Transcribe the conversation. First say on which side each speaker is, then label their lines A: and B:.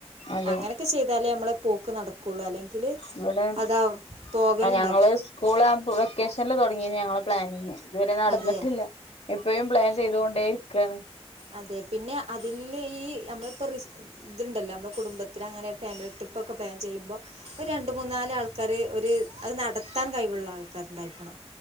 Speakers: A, on the left (about 75°); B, on the right (about 85°).
A: അതെ
B: അങ്ങനൊക്കെ ചെയ്താലേ നമ്മള്- പോക്ക് നടക്കുള്ളൂ അല്ലെങ്കിൽ- <unintelligible>
A: ഇവിടെ
B: അതാ പോകല്
A: ഞങ്ങള് സ്കൂൾ ആവുമ്പോ വെക്കേഷനിൽ തുടങ്ങിയേനെ ഞങ്ങള് പ്ലാനിങ് ഇതുവരെ നടന്നിട്ടില്ല
B: അതെ
A: ഇപ്പഴും പ്ലാൻ ചെയ്തുകൊണ്ടേയിരിക്കയാണ്
B: അതെ പിന്നെ അതില് ഈ നമ്മളിപ്പോ റിസ് ഇതുണ്ടല്ലോ നമ്മുടെ കുടുംബത്തിൽ അങ്ങനെ ഫാമിലി ട്രിപ്പ് ഒക്കെ പ്ലാൻ ചെയ്യുമ്പോ ഒരു രണ്ട് മൂന്ന് നാല് ആൾക്കാര് ഒരു അത് നടത്താൻ കയിവുള്ള ആൾക്കാരുണ്ടായിരിക്കണം